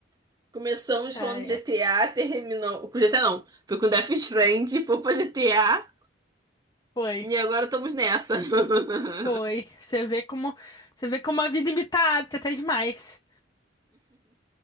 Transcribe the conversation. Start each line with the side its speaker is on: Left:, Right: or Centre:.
Right: Começamos
Left: Ah,
Right: falando
Left: é.
Right: de GTA, terminou. Com GTA não. Foi com Death Stranding, foi pra GTA.
Left: Foi,
Right: E agora estamos nessa. <laughs>
Left: foi. Você vê como, você vê como a vida imita a arte até demais.